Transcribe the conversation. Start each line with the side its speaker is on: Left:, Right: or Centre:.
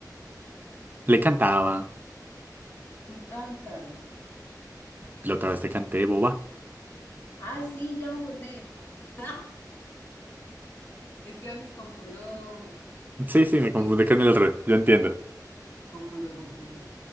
Right: Le cantaba,
Left: Tú cantas.
Right: la otra vez te canté, boba.
Left: Ah, sí, ya me acordé. <laughs> Es que a veces confundo
Right: Sí, sí,
Left: perfiles.
Right: me confundí con el otro, yo entiendo.
Left: Confundo, confundo.